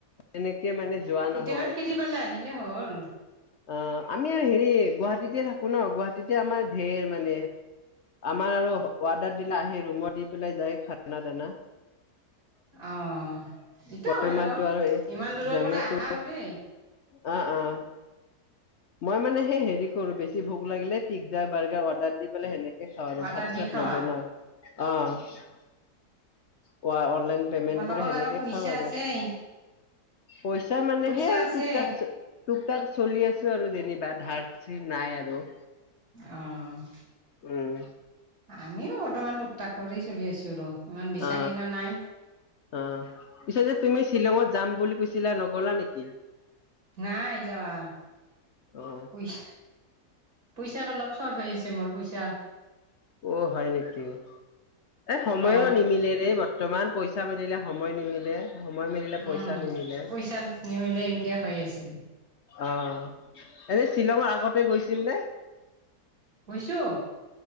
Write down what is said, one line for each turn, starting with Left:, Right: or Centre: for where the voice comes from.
Left: এনেক <unintelligible> মানে যোৱা
Right: কেতিয়াবা
Left: নহয়
Right: ফিৰি পালে আহিলে হ'ল।
Left: অ', আমি আৰু হেৰি গুৱাহাটীতে থাকো ন, গুৱাহাটীতে আমাৰ ধেৰ মানে আমাৰ আৰু ৱৰ্ডাৰ দিলে আহি ৰুমত দি পেলাই যায় খানা দানা।
Right: অ', দিত
Left: বৰ্তমানতো
Right: হয় ৰ
Left: আৰু এই
Right: ইমান দূৰৰ
Left: জমেটো
Right: পৰা আহা কৰি
Left: অ', অ'। মই মানে হেৰি কৰো বেছি ভোক লাগিলে পিজ্জা বাৰ্গাৰ অৰ্ডাৰ দি সেনেকে তেনেকে খাওঁ আৰু
Right: অৰ্ডাৰ
Left: ভাত
Right: দি
Left: চাত
Right: খাৱা
Left: নৱনাও অ'। <unintelligible> অনলাইন পেমেন্ট
Right: তোমালোকৰ
Left: কৰি সেনেকে
Right: আৰু পইচা
Left: খাওঁ আৰু,
Right: আছেই
Left: পইচা মানে
Right: পইচা
Left: সে আৰু
Right: আছে
Left: তোক তাক তোক তাক চলি আছো আৰু যেনিবা ধাৰ <unintelligible> নাই আৰু।
Right: অ',
Left: উম
Right: আমিও বৰ্তমান টোকটাক কৰি চলি আছোঁ ৰ। ইমান বেচা
Left: অ
Right: কিনা নাই।
Left: অ', পিছে যে তুমি শ্বিলঙত যাম বুলি কৈছিলা নগলা নেকি?
Right: নাই যোৱা
Left: অ
Right: পইচা পইচা অলপ চট হৈ আছে মোৰ পইচা।
Left: অ', হয় নেকি, এ সময়ো
Right: অ
Left: নিমিলেৰে বৰ্ত <unintelligible> পইচা মিলিলে সময় নিমিলে। সময় মিলিলে
Right: উম
Left: পইচা নিমিলে।
Right: পইচা নিমিলে এনকে হৈ আছে
Left: অ', এনে শ্বিলঙৰ আগতে গৈছিল নে?
Right: গৈছোঁ।